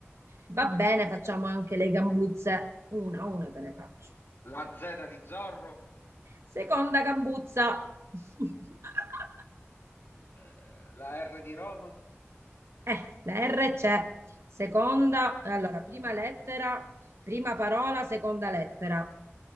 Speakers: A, on the right; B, on the left.
A: Va bene, facciamo anche le gambuzze. Una, una te ne faccio.
B: la Z di Zorro,
A: Seconda gambuzza. <laughs>
B: eh, la R di Roma.
A: Eh, la R c'è. Seconda, allora, prima lettera, prima parola, seconda lettera.